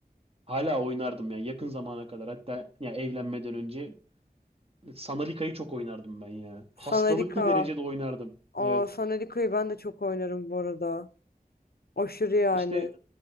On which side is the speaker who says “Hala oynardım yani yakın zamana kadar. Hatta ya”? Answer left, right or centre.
Right